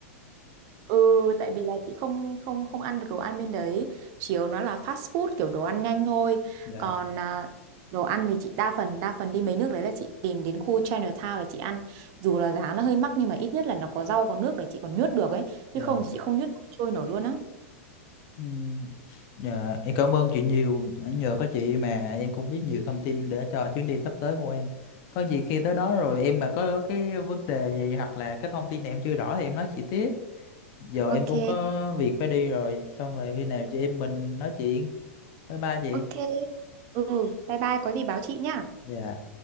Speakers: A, on the right; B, on the left.
A: Ừ, tại vì là chị không không không ăn được đồ ăn bên đấy, chiều nó là fast food kiểu đồ ăn nhanh thôi.
B: dạ
A: Còn à, đồ ăn thì chị đa phần đa phần đi mấy nước đấy là chị tìm đến khu Chinatown để chị ăn. Dù là giá nó hơi mắc nhưng mà ít nhất là nó có rau có nước để chị còn nhướt được ấy,
B: Dạ.
A: chứ không thì chị không nhướt nổi, trôi nổi luôn á.
B: Ừ. Dạ, em cảm ơn chị nhiều. Nhờ có chị mà em cũng biết nhiều thông tin để cho chuyến đi sắp tới của em. Có gì khi tới đó rồi em mà có cái vấn đề gì hoặc là cái thông tin em chưa rõ thì em nói chị tiếp. Giờ
A: Ok,
B: em cũng có việc phải đi rồi. Xong rồi khi nào chị em mình nói chuyện. Bye bye chị.
A: ok. Ừ, bye bye, có gì báo chị nhá.
B: Dạ.